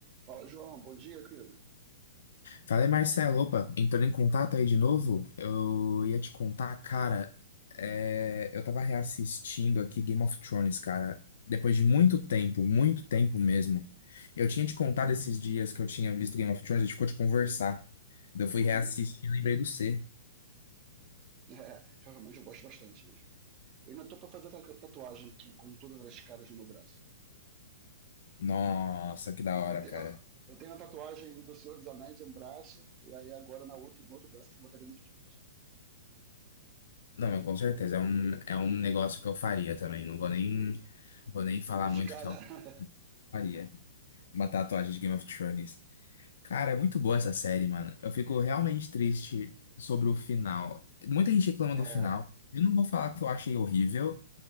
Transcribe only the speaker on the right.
Fala, João, bom dia, querido.
Uhum.
É, realmente eu gosto bastante mesmo. Eu ainda tô pra fazer a tatuagem que, com todas as caras no meu braço.
Eu tenho,
eu eu tenho a tatuagem do Senhor dos Anéis em um braço, e aí agora na outro, no outro braço eu botaria no Thrones.
Criticar,
né?
<laughs>
É,